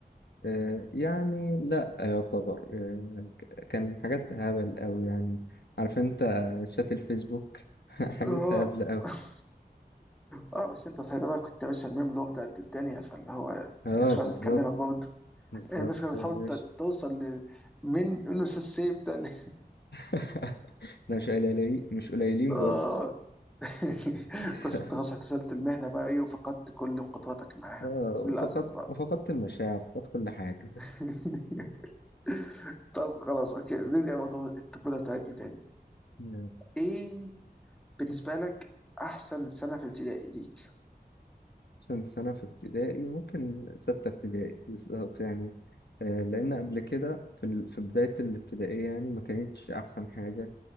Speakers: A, on the left; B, in the centre.
A: آه يعني لا يعتبر آه ك- كان حاجات هبل قوي يعني عارف انت شات الفيسبوك <laughs> حاجات
B: اه
A: هبل قوي
B: <laughs> اه بس انت ساعتها بقى كنت يا باشا الميم لوف ده قد الدنيا فاللي هو
A: اه
B: الناس
A: بالظبط
B: كانت عايزه تكلمك برضه
A: بالظبط
B: الناس كانت بتحاول
A: يا باشا
B: ت- توصل ل- من انه استاذ سيف ده ل-
A: <laughs> لا، مش قليلين مش قليلين
B: اه
A: برضه
B: <laughs>
A: <laughs>
B: بس انت خلاص احتسبت المهنه بقى ايه وفقدت كل قدراتك معاها
A: اه
B: للاسف
A: وفقدت
B: بقى
A: وفقدت المشاعر فقدت كل حاجة
B: <laughs> طب خلاص اوكي نرجع لموضوع الطفوله بتاعتنا تاني
A: <laughs>
B: ايه بالنسبه لك احسن سنه في ابتدائي ليك
A: مثلا سنة في ابتدائي ممكن ستة ابتدائي بالظبط يعني آه، لأن قبل كده في ال- في بداية الابتدائية يعني ما كانتش أحسن حاجة